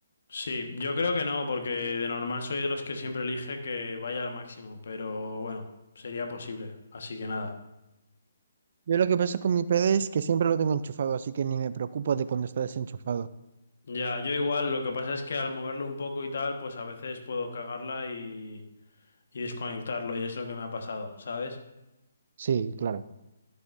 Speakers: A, on the left; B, on the right.
A: Sí, yo creo que no, porque de normal soy de los que siempre elige que vaya al máximo, pero bueno, sería posible. Así que nada.
B: Yo lo que pasa con mi PC es que siempre lo tengo enchufado, así que ni me preocupo de cuando está desenchufado.
A: Ya, yo igual, lo que pasa es que al moverlo un poco y tal, pues a veces puedo cagarla y, y desconectarlo y es lo que me ha pasado, ¿sabes?
B: Sí, claro.